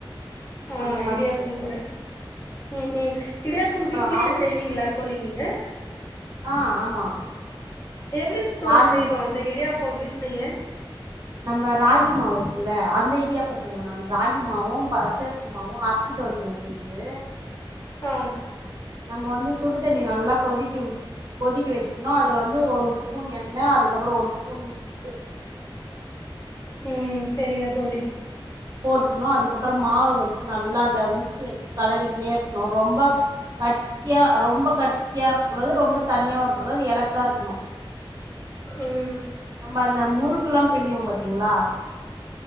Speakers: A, on the left; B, on the right.
A: ஆ
B: அந்த மாரி
A: இடியாப்பம்
B: செய்வே
A: கூட ம் ம் இடியாப்பம்
B: அப்றோ
A: வீட்லயே
B: ஆளு
A: செய்வீங்களா தோழி நீங்க
B: ஆ ஆமா
A: எப்டி தோழி
B: ராகி
A: செய்யணும் அந்த இடியாப்பம் வீட்லயே
B: நம்ம ராகி மாவு இருக்குல்ல அந்த ஐடியாப்போ செய்வேன் நானு ராகி மாவும் பச்சரிசி மாவும் அரைச்சிட்டு வந்து வச்சுக்கிட்டு
A: ஆ
B: நம்ப வந்து சுடு தண்ணி நல்லா கொதிக்க விட் கொதிக்க வச்சிருந்தோம் அதுல வந்து ஒரு ஸ்பூன் எண்ணெய் அதுக்கப்புறம் ஒரு ஸ்பூன் உப்பு
A: ம் செரிங்க தோழி
B: போட்டுக்கணும் அதுக்கப்புறம் மாவை வச்சு நல்லா அந்த விஸ்கு வச்சு கலரிங்கனே இருக்கணும் ரொம்ப கட்டியா ரொம்ப கட்டியா இருக்க கூடாது ரொம்ப தண்ணியாவும் இருக்கூடாது எலக்கா இருக்கணும்
A: ம்
B: நம்ம அந்த முறுக்குெல்லாம் பிழிி தக்கம் பாத்தீங்களா